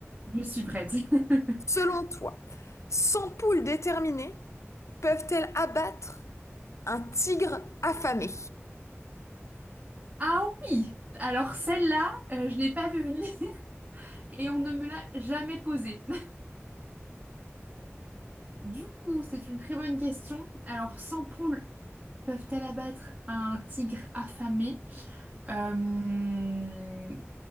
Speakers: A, on the right; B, on the left.
A: Je suis prête. <laughs>
B: Selon toi, 100 poules déterminées peuvent-elles abattre un tigre affamé?
A: Ah oui! Alors celle-là, euh, je l'ai pas vue venir <laughs> et on ne me l'a jamais posée. <laughs> Du coup, c'est une très bonne question. Alors, 100 poules peuvent-elles abattre un tigre affamé? Euh,